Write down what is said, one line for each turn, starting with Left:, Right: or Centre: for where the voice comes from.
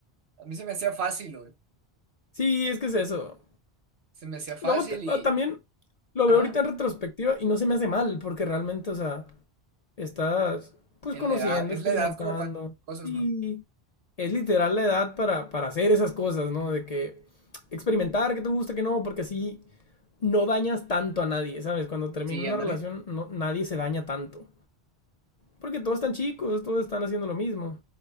Right: A mí se me hacía fácil, güey.
Left: Sí, es que es eso.
Right: Se me hacía fácil
Left: Luego t-
Right: y.
Left: ah, también lo
Right: Ajá.
Left: veo ahorita en retrospectiva y no se me hace mal, porque realmente, o sea, estás pues
Right: En
Left: conociendo,
Right: la edad. Es
Left: experimentando.
Right: la edad como para cosas,
Left: Sí,
Right: ¿no?
Left: es literal la edad para, para hacer esas cosas, ¿no? De que experimentar, que te gusta, que no, porque así no dañas tanto a nadie, ¿sabes? Cuando termina
Right: Sí,
Left: una
Right: ándale.
Left: relación, no, nadie se daña tanto. Porque todos están chicos, todos están haciendo lo mismo.